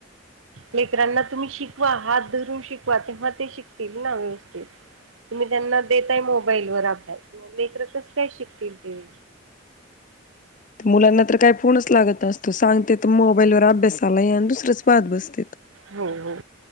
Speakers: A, on the right (about 85°); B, on the left (about 40°).
A: लेकरांना तुम्ही शिकवा हात धरून शिकवा, तेव्हा ते शिकतील ना व्यवस् थित तुम्ही त्यांना देताय मोबाईल वर अभ्यास लेकर कसं काय शिकतील ते.
B: मुलांना तर काय फोनच लागत नसतो सांगते तर मोबाईलवर अभ्यासा आला आहे आणि दुसरंच पाहत बसतेत.
A: हो हो.